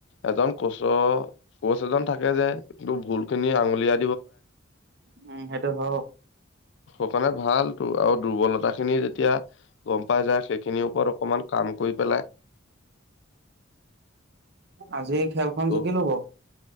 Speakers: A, on the left; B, on the right.
A: এজন কোচৰ কোচ এজন থাকে যে একটো ভুল খিনি আঙুলিয়া
B: উম সেইটো হ
A: সেই কাৰণে ভাল তো আৰু দুৰ্বলতা খিনি যেতিয়া গম পাই যায় সেইখিনিৰ ওপৰত অকমান কাম কৰি পেলাই
B: আজি খেলখন জিকি
A: অ
B: লব